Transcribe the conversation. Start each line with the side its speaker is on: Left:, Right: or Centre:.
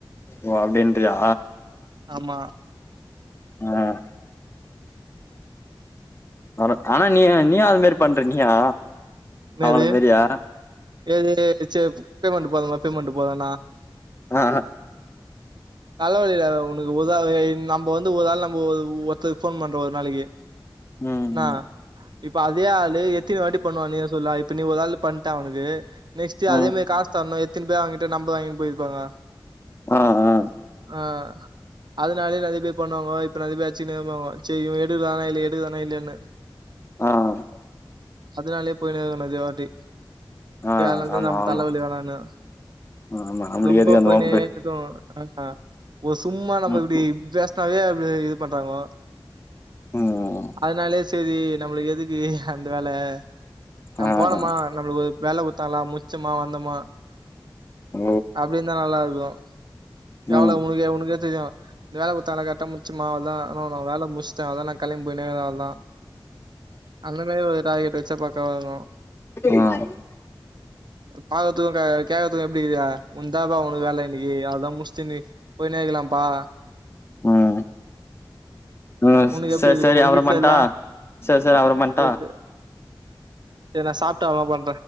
Left: ஓ அப்டின்றியா
Right: ஆமா
Left: ஆஹ் <unintelligible> ஆனா நீய நீஏ அது மாரி பண்ற நீயா அவன
Right: என்து
Left: மாரியா
Right: ஏது சரி பேமெண்ட் போதுங்கள பேமெண்ட் போதனா
Left: ஆ
Right: தலைவலிடா அது உனக்கு ஒரு நம்மப வந்து ஒரு நாள் நம்மபா வ ஒருத்தக்கு போன் பண்றோம் ஒரு நாளைக்கு
Left: உஹம்
Right: என்னா? இப்ப அதே ஆளு எத்தனி வாட்டி பண்ணுவா நீ சொல்லா இப்ப நீ ஒரு ஆள் பண்ட்டே அவனுக்கு நெக்ஸ்
Left: ம்
Right: அதே காஸாதணும் எது த்தென் பேர் அவன்கிட்ட நம்பர் வாங்கிட்டு போயிருப்பாங்க
Left: ஆஹ் உஹம்
Right: ஆஹ் அதனாலயே நிறைய பேர் பண்ணுவாங்க இப்ப நிறைய பேர் ஆச்சுன்னே இருப்பாங்கோ சரி இவன் எடுக்குராணா இல்லயா எடுக்குராணா இல்லலைன்னு
Left: ஆஹ்
Right: அதனாலயே பொய்நெருக்கணு நேர்யவாட்டி
Left: ஆ
Right: சேல நேரத்துல
Left: ஆமா
Right: நமக்கு
Left: ஆமா
Right: தலைவலி வேணானனு
Left: ஆமா நம்மளுக்கு
Right: ரொம்ப
Left: எதுக்கு அந்த
Right: போய்நேக்கும்
Left: வம்பு
Right: ஆஹ் ஒரு சும்மா நம்ம
Left: ம்
Right: இப்படி பேசனாவேப்ப இது பண்றாங்கோ
Left: ம்
Right: அதனாலே சரி நம்மளுக்கு எதுக்கு அந்த வேலை நம்ம
Left: ஆ
Right: போனோமா
Left: ஆ
Right: நம்மளுக்கு ஒரு வேலை கொடுத்தலாம் ச்சமா வந்தமா
Left: ஓ
Right: அப்படினு தான் நல்லா இருக்கும் எவ்ள
Left: ம்
Right: உனக உனக்கு செய்ய தெரியும் இந்த வேலை கொட்தாங்லா கர்ட்டா முச்சோம் ஆ அவ்ளோதா நானும் வேல முட்ச்சிட்டான் அவ்ளோதா நான்னு கிளம்றே போய்ட்னே அவ்ல்தா அந்த மாரி ஒரு டார்கெட் வச்ச ப ங்கும்
Left: <unintelligible>
Right: பாக்றதுக்குள்ள கட் ஆயிடிச்சி கே எப்படிக்குா உந்தாபா உனக்கு வேலை இன்க்கு அதான் மு போய் நேக்கலாம்ப்பா
Left: ம் ம்
Right: உனக்கு எப்டி
Left: செர்
Right: இருக்கு
Left: செரி
Right: உனக்கு
Left: அப்ரம்
Right: ஈசியா
Left: பண்ட்டா
Right: இல்ல
Left: செர் செரி அப்ரம் பண்டா
Right: சேரி சேரி சேரி நா சாப்ட்டு அப்றமா பண்றே